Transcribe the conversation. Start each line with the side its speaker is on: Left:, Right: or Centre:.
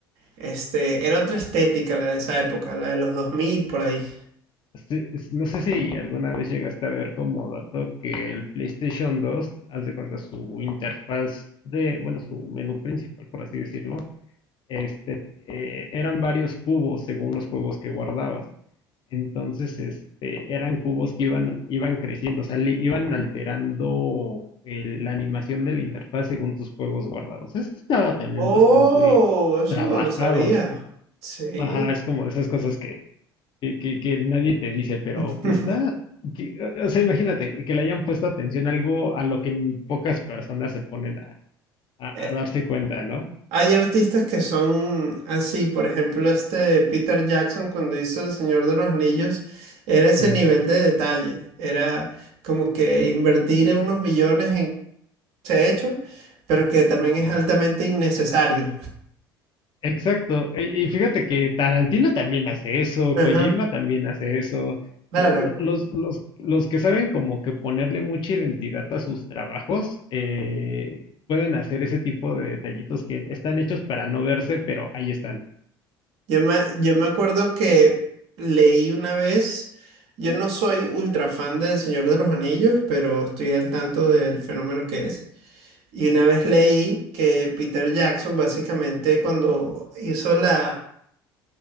Right: Este, era otra estética la de esa época, la de los 2000 por ahí.
Left: Sí, es- No sé si alguna vez llegaste a ver como dato que el PlayStation 2, haz de cuenta, su interfaz de, bueno, su menú principal, por así decirlo, Este, eh, eran varios cubos según los juegos que guardabas. Entonces, este, eran cubos que iban, iban creciendo, o sea, le iban alterando el- la animación de la interfaz según tus juegos guardados. Eso estaba también
Right: Oh,
Left: bastante
Right: eso
Left: trabajado.
Right: no lo sabía. Sí.
Left: Ajá, es como de esas cosas que, que, que- que nadie te dice, pero
Right: <laughs>
Left: está, que- o sea, imagínate que le hayan puesto atención a algo a lo que pocas personas se ponen a, a-
Right: Eh,
Left: a darse cuenta, ¿no?
Right: Hay artistas que son así, por ejemplo, este Peter Jackson cuando hizo El Señor de los Anillos, era ese
Left: Ujú,
Right: nivel de detalle, era como que invertir unos millones en ese hecho, pero que también es
Left: ajá.
Right: altamente innecesario.
Left: Exacto. Y, y fíjate que Tarantino también hace eso,
Right: Ajá,
Left: Kojima también hace eso.
Right: claro.
Left: Eh, lo- Los, los, los que saben como que ponerle mucha identidad a sus trabajos, eh, pueden hacer ese tipo de detallitos que están hechos para no verse, pero ahí están.
Right: Yo me, yo me acuerdo que leí una vez, yo no soy ultra fan del Señor de los Anillos, pero estoy al tanto del fenómeno que es. Y una vez leí que Peter Jackson básicamente cuando hizo la,